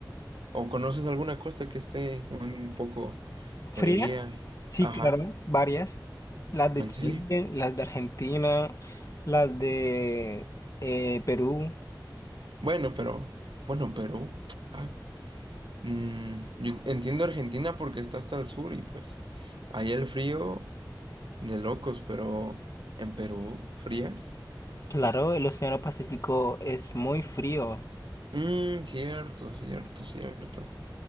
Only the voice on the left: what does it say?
Fría,
sí,
claro, varias. Las de
Chile,
las de Argentina, las de eh, Perú.
Claro, el Océano Pacífico es muy frío.